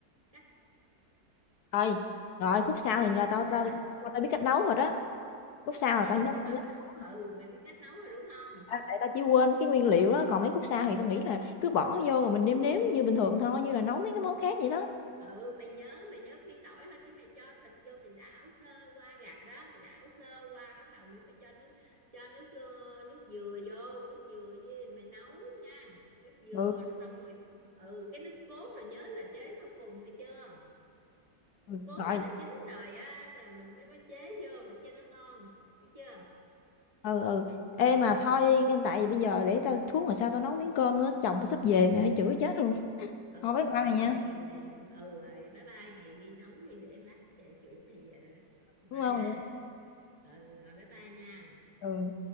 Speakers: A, on the right; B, on the left.
A: cắt đó
B: Rồi, rồi khúc sau thì là tao
A: rồi
B: tao khúc qua tao biết cách nấu rồi đó. Khúc sau
A: rồi
B: là tao nhớ
A: nếu
B: tao
A: mà
B: nhớ cách nấu
A: ừ
B: rồi,
A: mày biết cách nấu rồi đúng không
B: ta- tại tao chỉ quên mấy cái nguyên liệu á, còn mấy khúc sau thì tao nghĩ là cứ bỏ vô rồi mình nêm nếm như bình thường thôi, như là nấu mấy cái món khác vậy đó.
A: ừ mày nhớ mày nhớ phi tỏi lên cái mày cho thịt vô mày đảo sơ qua gà đó mày đảo sơ qua bắt đầu mày phải cho nước cho nước ờ, nước dừa vô nước dừa với mày nấu nha nước dừa
B: Ừ,
A: rồi xong rồi ừ cái nước cốt là nhớ là chế sau cùng nghe chưa
B: ừ,
A: nước cốt
B: rồi,
A: là nó chín rồi á là mình mới mới chế vô để cho nó ngon biết chưa
B: ừ ừ. Ê
A: mày
B: mà thôi đi, tại vì bây giờ để tao xuống rồi sao tao nấu miếng cơm nữa, chồng tao sắp về mẹ chửi chết luôn.
A: ừ
B: Thôi bye bye
A: thôi
B: mày nha.
A: mày mày ừ rồi bye bye mày đi nấu đi để lát về chửi mày về bye
B: Cảm ơn
A: nha
B: mày nha.
A: ừ rồi bye bye nha
B: Ừ.